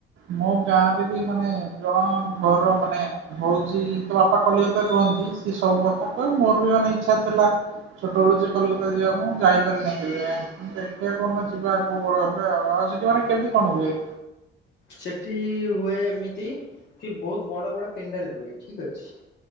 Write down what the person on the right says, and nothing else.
ମୋ ଗାଁରେ ବି ମାନେ ଜଣ ଘର ମାନେ ହଉଛି ତୋ ବାପା କଲିକତା ରେ ରୁହନ୍ତି। ସବୁ କଥା କହ ମୋର ବି ମାନେ ଇଚ୍ଛା ଥେଲା। ଛୋଟବେଳୁ ସେ କଲିକତା ଯିବାକୁ ମୁଁ ଯାଇପାରିନି କେବେ ଦେଖିବା କୋଉ ଦିନ ଯିବା ପୁଅ ବଡ ହେଲେ ଆଉ ଯି କୁଆଡେ଼ କେମତି କଣ ହୁଏ?